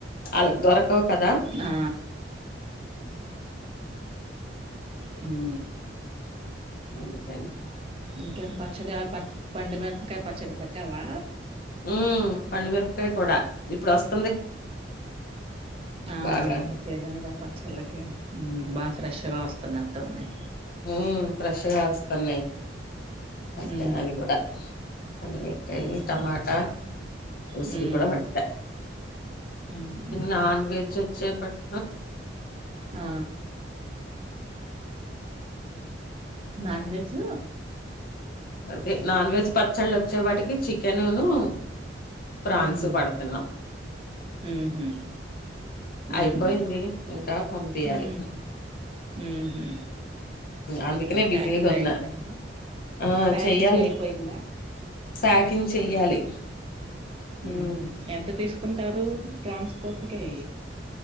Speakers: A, on the left; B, on the right.
A: వాళ్ళకు దొరకవు కదా
B: ఆ అవు
A: వె ప
B: ఇంకేం పచ్చది పట్ పండు మరపకాయ పచ్చది పెట్టావా
A: ఉ పండుమిరకాయ కూడా ఇప్పుడు వస్త
B: ఆ
A: బాగా
B: ఇప్పుడు సీజన్గా పచ్చళ్ళకి బాగా ఫ్రెష్గా వస్తున్నట్టు ఉందియి
A: హ ఫ్రెష్గా వస్తున్నాయి వట్టాను
B: హ్మ్
A: అది కూడా పండిమిరకాయ
B: ఊహూ
A: టమాటా ఉసిరి
B: హ్మ్
A: కూడా వట్ట
B: హ్మ్
A: నన్ వెెజ్ వచ్చే పట్
B: ఆ నాన్ వెజ్
A: అదే నాన్ వెజ్ పచ్చళ్ళు వచ్చే వాటికి చికెనును ప్రాన్స్
B: హ్మ్
A: పడుతున్నాం
B: ఊహూ హ్మ్
A: అయిపోయింది ఇంకా పంపియాలి
B: హ్మ్ ఊహూ
A: అందుకనే బిజీగా
B: ప్యాకింగ్
A: ఉన్నా
B: అయిపోయిందా
A: ఆ
B: ప్యాకింగ్
A: చెయ్యాలి
B: అయిపోయిందా
A: ప్యాకింగ్ చెయ్యాలి
B: ఉహ
A: మ్
B: ఎంత తీసుకుంటారు ట్రాన్స్పోర్ట్ కి